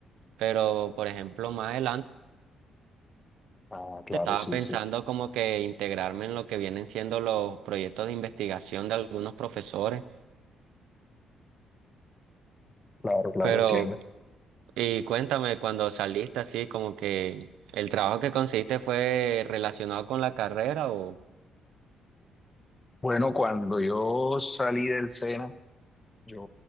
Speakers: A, on the right; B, on the left.
A: Pero, por ejemplo, más adelante
B: Ah, claro,
A: estaba
B: sí,
A: pensando
B: sí.
A: como que integrarme en lo que vienen siendo los proyectos de investigación de algunos profesores.
B: Claro, claro,
A: Pero,
B: entiendo.
A: y cuéntame, cuando saliste así, como que el trabajo que conseguiste fue relacionado con la carrera o
B: Bueno, cuando yo salí del SENA, Yo